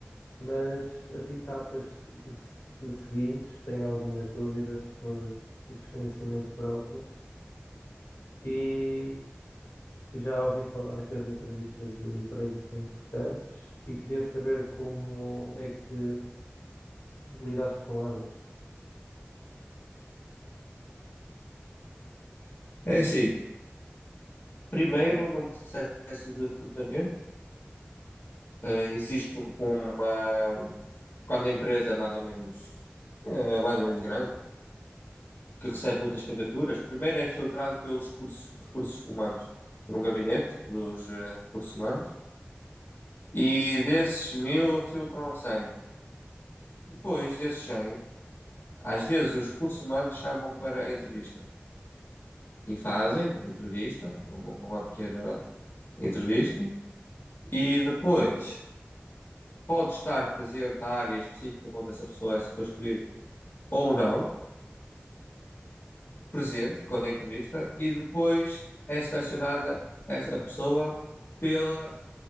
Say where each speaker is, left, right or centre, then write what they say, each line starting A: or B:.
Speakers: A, on the left (about 75°); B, on the left (about 55°).
A: mas as etapas se- se- seguintes têm algumas dúvidas por desconhecimento próprio e já ouvi falar que as entrevistas de emprego são importantes e queria saber como é que lidaste com elas.
B: É assim, primeiro num processo de recrutamento, uh, existe uma. Quando a empresa é mais ou menos, é mais ou menos grande, que recebe muitas candidaturas, primeiro é filtrado pelos recursos, recursos humanos, por um gabinete dos eh, recursos humanos, e desses mil filtram 100. Depois desses 100, às vezes os recursos humanos chamam para a entrevista. e fazem a entrevista, uma, uma pequena entrevista, e depois pode estar presente a área específica onde essa pessoa é suposto ir ou não, presente quando é entrevista, e depois é selecionada essa pessoa pela